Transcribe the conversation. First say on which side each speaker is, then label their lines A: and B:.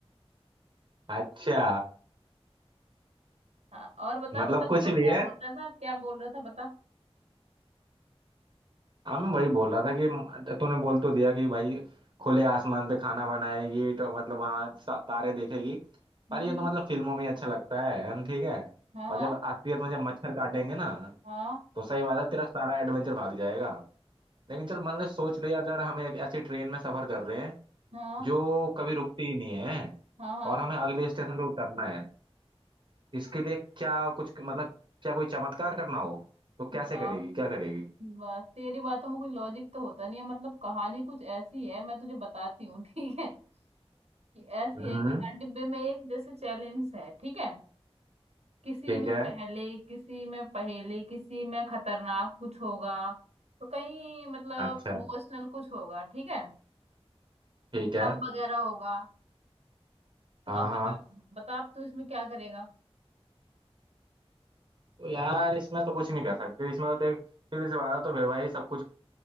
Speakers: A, on the right (about 50°); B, on the right (about 85°).
A: अच्छा
B: हाँ और बता
A: मतलब
B: बता
A: कुछ
B: बता
A: भी
B: क्या
A: है
B: बोल रहा था क्या बोल रहा था बता
A: हाँ मैं वही बोल रहा था कि तूने बोल तो दिया कि भाई खुले आसमान पे खाना बनाएगी तो मतलब वहां सा- तारे देखेगी
B: हम्म
A: पर ये तो
B: हम्म
A: मतलब फिल्मों में ही अच्छा लगता है हम, ठीक है
B: हाँ
A: और
B: हाँ
A: जब असलियत में जब मच्छर काटेंगे ना
B: हाँ
A: तो सही बात है तेरा सारा एडवेंचर भाग जाएगा लेकिन चल मान ले सोच ले अगर हम एक ऐसी ट्रेन में सफर कर रहे हैं
B: हाँ
A: जो कभी रुकती ही नहीं है
B: हाँ हाँ
A: और हमें अगले स्टेशन पे उतरना है इसके लिए क्या कुछ मतलब क्या कोई चमत्कार करना हो तो कैसे
B: वाह
A: करेगी क्या करेगी
B: वाह तेरी बातों में कोई लॉजिक तो होता नहीं है मतलब कहानी कुछ ऐसी है मैं तुझे बताती हूँ <laughs> ठीक है कि ऐसी
A: हम्म
B: है कि हर डिब्बे में एक जैसे चैलेंज है ठीक है किसी
A: ठीक
B: में
A: है
B: पहले किसी में पहेली किसी में खतरनाक कुछ होगा तो कहीं मतलब
A: अच्छा
B: इमोशनल कुछ होगा ठीक है
A: ठीक
B: ड्रम
A: है
B: वगैरह होगा तो
A: हाँ
B: अब
A: हाँ
B: बता बता अब तू इसमें क्या करेगा
A: तो यार इसमें तो कुछ नहीं कर सकते इसमें तो देख सीधे से बात है, तो फिर भाई सब कुछ